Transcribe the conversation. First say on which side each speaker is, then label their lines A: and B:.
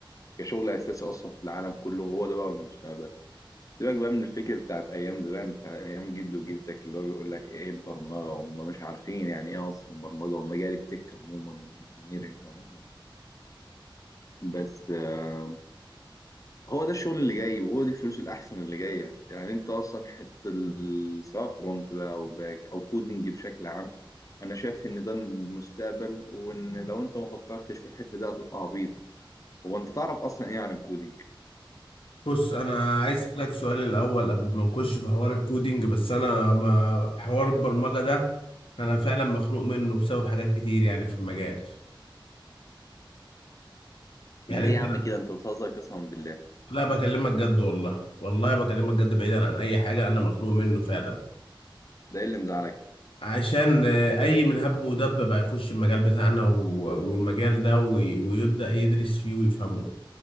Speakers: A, on the left; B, on the left.
A: كشغل اساسي اصلا في العالم كله وهو ده بقى المستقبل سيبك بقى من الفكر بتاعت ايام زمان بتاع ايام جد وجدتك اللي هو بيقول لك ايه البرمجه وهم مش عارفين يعني ايه اصلا برمجه ومجال التك عموما والانجينيرنج عموما بس آه، هو ده الشغل اللي جاي وهو دي الفلوس الأحسن اللي جاية يعني أنت أصلا حتة ال- سواء فرونت بقى أو باك أو كودنج بشكل عام أنا شايف إن ده المستقبل وإن لو أنت ما فكرتش في الحتة دي هتبقى عبيط هو أنت تعرف أصلا إيه عن الكودنج؟
B: بص انا عايز اسالك سؤال الاول قبل ما نخش في حوار الكودينج بس انا ما حوار البرمجه ده انا فعلا مخنوق منه بسبب حاجات كتير يعني في المجال يعني
A: ده ليه
B: انت
A: يا عم كده أنت بتهزر قسما بالله
B: لا بكلمك جد والله والله بكلمك جد بعيدا عن اي حاجه انا مخنوق منه فعلا
A: ده إيه اللي مزعلك؟
B: عشان آه، اي من هب ودب بقى يخش المجال بتاعنا و- والمجال ده وي- ويبدا يدرس فيه ويفهمه